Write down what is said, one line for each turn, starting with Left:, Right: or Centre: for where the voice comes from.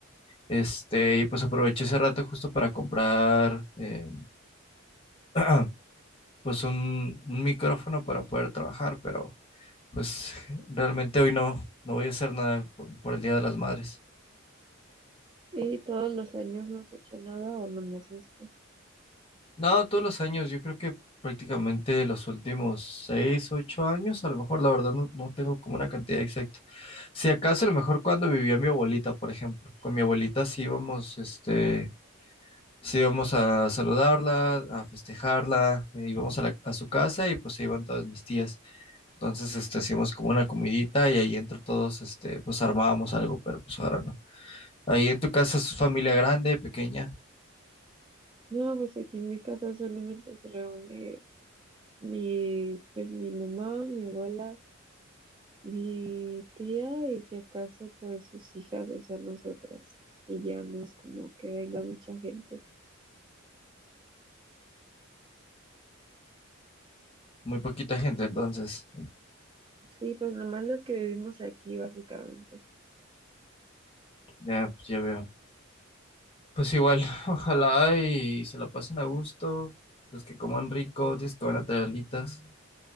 Left: este, y pues aproveché ese rato justo para comprar, eh, <clears throat> pues un, un micrófono para poder trabajar, pero pues realmente hoy no, no voy a hacer nada por por el Día de las Madres.
Right: ¿Y todos los años no has hecho nada o nomás este?
Left: No, todos los años, yo creo que prácticamente los últimos seis, ocho años, a lo mejor, la verdad no, no tengo como una cantidad exacta. Si acaso, a lo mejor cuando vivía mi abuelita, por ejemplo, con mi abuelita sí íbamos, este, sí íbamos a saludarla, a festejarla, eh, íbamos a, la- a su casa y pues se iban todas mis tías. Entonces, este, hacíamos como una comidita y ahí entre todos, este, pues armábamos algo, pero pues ahora no. Ahí en tu casa es familia grande, pequeña,
Right: No, pues aquí en mi casa solamente se reúne mi, pues mi mamá, mi abuela, mi tía y si acaso pues sus hijas, o sea, nosotras. Y ya no es como que venga mucha gente.
Left: muy poquita gente, entonces,
Right: Sí, pues nomás los que vivimos aquí básicamente.
Left: ya, pues ya veo. Pues igual, <laughs> ojalá y se la pasen a gusto, los que coman rico, los que van a traer alitas,